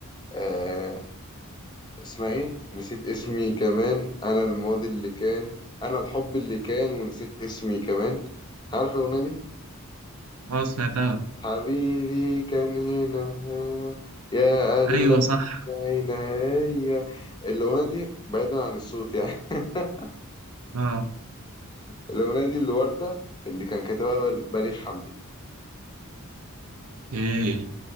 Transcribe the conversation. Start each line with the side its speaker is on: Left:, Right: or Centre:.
Left: آه... اسمها ايه نسيت اسمي كمان انا الماضي اللي كان انا الحب اللي كان ونسيت اسمي كمان عارف الاغنية دي
Right: اه سمعتها
Left: حبيبي كان هنا آه، يا اغلى
Right: ايوه صح
Left: عينيا الاغنية دي بعيدا عن الصوت يعني <laughs>
Right: اه
Left: الأغنية دي الوردة اللي كان كاتبها بل- بليغ حمدي
Right: ايه